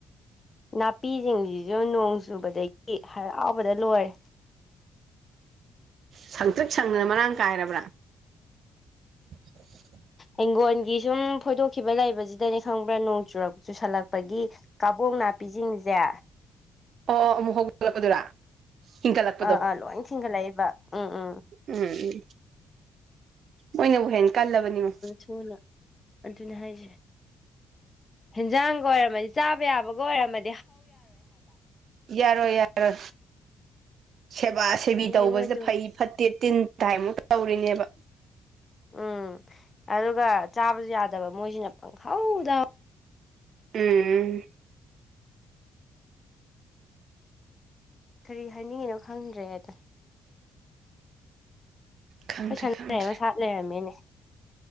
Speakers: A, on the left; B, on the right.
A: ꯅꯥꯄꯤꯁꯤꯡꯁꯤꯁꯨ ꯅꯣꯡ ꯆꯨꯕꯗꯒꯤ ꯍꯔꯥꯎꯕꯗ ꯂꯣꯏꯔꯦ
B: ꯁꯪꯇ꯭ꯔꯤꯛ ꯁꯪꯗꯅ ꯃꯔꯥꯡ ꯀꯥꯏꯔꯕ꯭ꯔꯥ ꯑ
A: ꯍꯤꯡꯒꯣꯣꯟꯒꯤ ꯁꯨꯝ ꯐꯣꯏꯗꯣꯛꯈꯤꯕ ꯂꯩꯕꯁꯤꯗꯅꯦ ꯈꯪꯕ꯭ꯔꯥ ꯅꯣꯡ ꯆꯨꯔꯛ ꯆꯨꯁꯜꯂꯛꯄꯒꯤ ꯀꯥꯕꯣꯡ ꯅꯥꯄꯤꯁꯤꯡꯁꯦ
B: ꯑꯣ ꯑꯃꯨꯛ ꯍꯧꯗꯂꯛꯄꯗꯨꯔꯥ ꯏꯟꯈꯠꯂꯛꯄꯗꯣ
A: ꯑꯥ ꯑꯥ ꯂꯣꯏ ꯊꯤꯡꯒꯠꯂꯛꯏꯕ ꯎꯝ ꯎꯝ
B: ꯎꯝ ꯎꯝ ꯃꯣꯏꯅꯕꯨ ꯍꯦ ꯀꯜꯂꯕꯅꯤꯕꯣ
A: ꯁꯨꯅ ꯑꯗꯨꯅꯤ ꯍꯥꯏꯁꯦ ꯍꯟꯖꯥꯡꯒ ꯑꯣꯏꯔꯝꯃꯗꯤ ꯆꯥꯕ ꯌꯥꯕꯒ ꯑꯣꯏꯔꯝꯃꯅꯤ
B: ꯌꯥꯔꯣ ꯌꯥꯔꯣ ꯁꯦꯕꯥ ꯁꯦꯕꯤ
A: ꯑꯗꯨꯅꯦ
B: ꯇꯧꯕꯁꯦ
A: ꯃꯣꯏꯁꯨ
B: ꯐꯩ ꯐꯠꯇꯦ ꯇꯤꯟ ꯀꯥꯏꯃꯨꯛ ꯇꯧꯔꯤꯅꯦꯕ
A: ꯎꯝ ꯑꯗꯨꯒ ꯆꯥꯕꯁꯨ ꯌꯥꯗꯕ ꯃꯣꯏꯁꯤꯅ ꯄꯪꯍꯧꯗ
B: ꯎꯝ
A: ꯀꯔꯤ ꯍꯥꯏꯅꯤꯡꯉꯤꯅꯣ ꯈꯪꯗ꯭ꯔꯦ ꯑꯗ
B: ꯈꯪꯗ꯭ꯔꯦ
A: ꯑꯩꯈꯣꯏ ꯁꯥꯟꯅꯔꯩ
B: ꯈꯪꯗ꯭ꯔꯦ
A: ꯑꯃ ꯁꯥꯠ ꯂꯩꯔꯝꯃꯦꯅꯦ